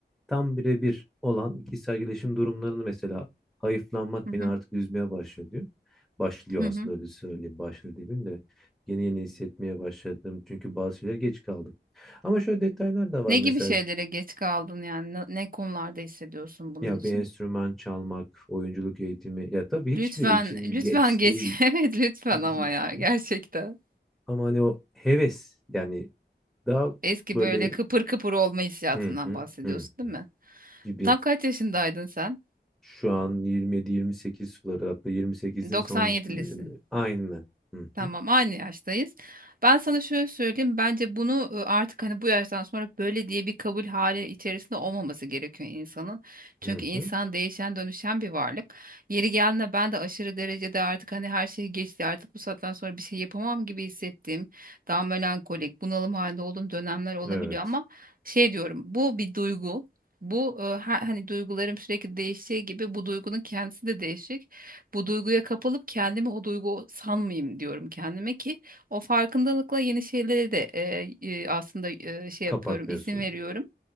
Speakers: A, in the centre; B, on the right.
A: tam birebir olan kişisel gelişim durumlarını mesela hayıflanmak
B: Hı hı.
A: beni artık üzmeye başlıyor diyor. Başlıyor
B: Hı hı.
A: aslında öyle söyleyeyim başlıyor demeyeyim de Yeni yeni hissetmeye başladım. Çünkü bazı şeyler geç kaldık. Ama şöyle detaylar da var
B: Ne
A: mesela.
B: gibi şeylere geç kaldın yani? Ne ne konularda hissediyorsun bunun
A: Ya
B: için?
A: bir enstrüman çalmak, oyunculuk eğitimi. Ya tabii hiçbiri
B: Lütfen,
A: için
B: lütfen
A: geç
B: geç.
A: değil
B: <laughs> Evet, lütfen
A: diyecektim.
B: ama ya gerçekten.
A: Ama hani o heves yani daha
B: Eski
A: böyle
B: böyle kıpır kıpır olma hissiyatından
A: hı hı
B: bahsediyorsun,
A: hı
B: değil
A: hı
B: mi?
A: gibi.
B: Tam kaç yaşındaydın sen?
A: Şu an 27-28 suları hatta 28'in
B: 97'lisin.
A: son dönemi. Aynı. Hı
B: Tamam
A: hı
B: aynı yaştayız. Ben sana şöyle söyleyeyim. Bence bunu e, artık hani bu yaştan sonra böyle diye bir kabul hali içerisinde olmaması gerekiyor insanın. Çünkü
A: hı
B: insan
A: hı.
B: değişen dönüşen bir varlık. Yeri geldiğinde ben de aşırı derecede artık hani her şey geçti. Artık bu saatten sonra bir şey yapamam gibi hissettiğim, daha melankolik, bunalım halinde olduğum dönemler olabiliyor
A: Evet.
B: ama şey diyorum. Bu bir duygu. Bu e, ha- hani duygularım sürekli değiştiği gibi bu duygunun kendisi de değişik bu duyguya kapılıp kendimi o duygu sanmayayım diyorum kendime ki o farkındalıkla yeni şeylere de e, e, aslında e, şey
A: Kapatmıyorsun.
B: yapıyorum, izin veriyorum.